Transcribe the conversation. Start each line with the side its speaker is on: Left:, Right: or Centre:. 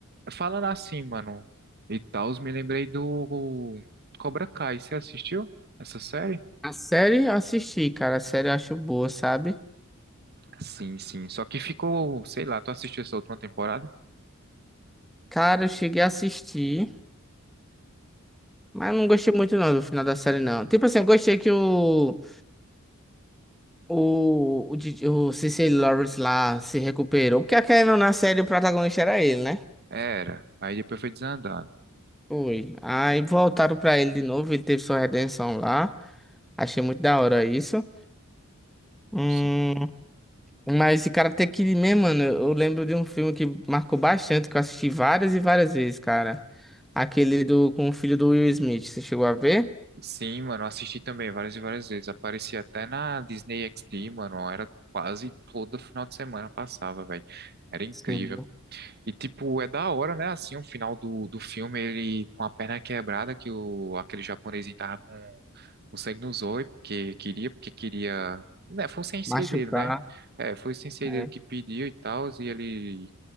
Right: falando assim, mano, e tal, me lembrei do Cobra Kai, você assistiu essa série?
Centre: A série eu assisti, cara. A série eu acho boa, sabe?
Right: Sim, sim, só que ficou, sei lá, tu assistiu essa última temporada?
Centre: Cara, eu cheguei a assistir, mas não gostei muito não do final da série, não. Tipo assim, eu gostei que o O, o, DJ o Cecily Lawrence lá se recuperou, porque querendo ou não na série o protagonista era ele, né?
Right: Era. Aí depois foi desandando.
Centre: Foi. Aí voltaram pra ele de novo, ele teve sua redenção lá. Achei muito da hora isso. Hum,
Right: Sim.
Centre: mas esse Karate Kid mesmo, mano, eu lembro de um filme que marcou bastante, que eu assisti várias e várias vezes, cara. Aquele do com o filho do Will Smith, você chegou a ver?
Right: Sim, mano, assisti também várias e várias vezes. Aparecia até na Disney XD, mano. Era quase todo final de semana passava, velho. Era incrível.
Centre: Sim.
Right: E, tipo, é da hora, né? Assim, o final do, do filme, ele com a perna quebrada, que o, aquele japonesinho tava com o sangue nos olhos, porque queria, porque queria. Né, foi o sensei
Centre: Machucar.
Right: dele, né? É, foi o sensei
Centre: É,
Right: dele que pediu e tal, e ele.